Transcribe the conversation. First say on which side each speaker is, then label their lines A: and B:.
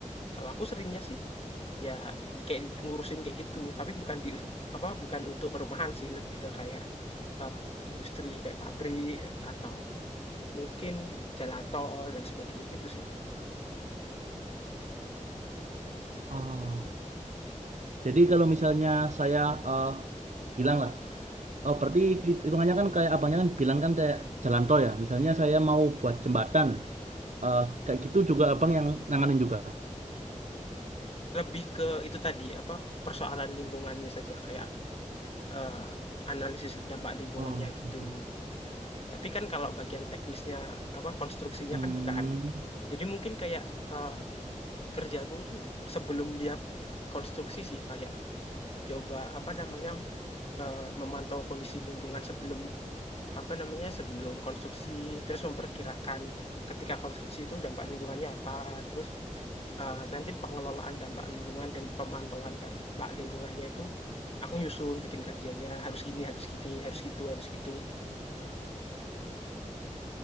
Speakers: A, on the left; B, on the right.
A: kalau aku seringnya sih Ya, kayak ngurusin kayak gitu, tapi bukan di apa, bukan untuk perumahan sih, lebih ke kayak, eee, industri kayak pabrik atau mungkin jalan tol dan sebagainya gitu sih.
B: Oh. Jadi kalau misalnya saya eh, bilang lah. Oh, berarti hitungannya kan kayak abangnya kan bilang kan kayak jalan tol ya. Misalnya saya mau buat jembatan, eh, kayak gitu juga abang yang nanganin juga.
A: Lebih ke itu tadi, apa, persoalan lingkungannya saja kayak, eee, analisis dampak lingkungannya
B: Oh,
A: gitu.
B: gitu. ya.
A: Tapi kan kalau bagian teknisnya, apa, konstruksinya
B: Hmm,
A: kan bukan. Jadi mungkin kayak, eee, kerjaku tuh sebelum dia konstruksi sih, kayak Coba apa namanya, eee, memantau kondisi lingkungan sebelum apa namanya, sebelum konstruksi, terus memperkirakan ketika konstruksi itu dampak lingkungannya apa, terus, eee, nanti pengelolaan dampak lingkungan dan pemantauan dampak lingkungannya itu aku nyusun, bikin kajiannya, harus gini harus gini, harus gitu harus gitu, gitu.